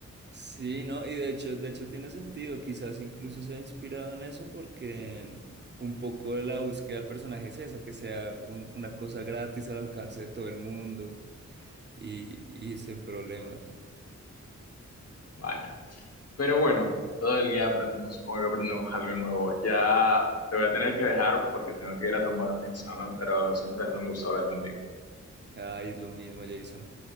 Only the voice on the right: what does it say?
Sí, no, y de hecho, de hecho tiene sentido, quizás incluso sea inspirado en eso porque un poco de la búsqueda del personaje es esa, que sea un- una cosa gratis al alcance de todo el mundo y, y sin problema.
Ay, es lo mismo, Jason.